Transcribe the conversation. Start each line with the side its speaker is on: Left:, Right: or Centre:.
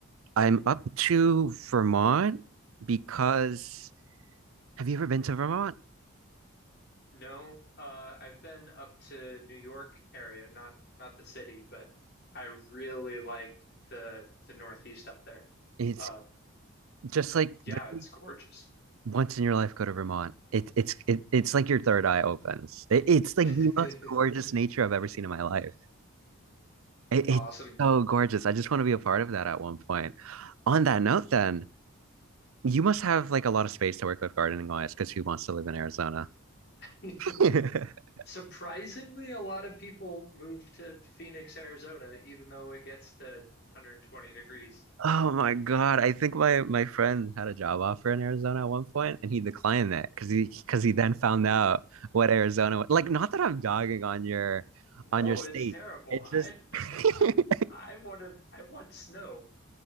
Right: I'm up to Vermont because have you ever been to Vermont?
Left: No, uh, I've been up to New York area, not not the city, but I really like the the Northeast up there.
Right: It's
Left: Um,
Right: just like
Left: yeah,
Right: literally
Left: it's gorgeous.
Right: once in your life go to Vermont. It, it's it, it's like your third eye opens. It, it's like
Left: <laughs>
Right: the most gorgeous nature I've ever seen in my life. It, it's
Left: Awesome.
Right: so gorgeous. I just want to be a part of that at one point. On that note, then, you must have like a lot of space to work with gardening wise, because who wants to live in Arizona?
Left: <laughs>
Right: <laughs>
Left: Surprisingly, a lot of people move to Phoenix, Arizona, even though it gets to 120 degrees.
Right: Oh my God. I think my my friend had a job offer in Arizona at one point and he declined it because he because he then found out what Arizona was. Like, not that I'm dogging on your
Left: No,
Right: on your state.
Left: it's terrible.
Right: It
Left: I,
Right: just <laughs>
Left: <laughs> I, I want to. I want snow.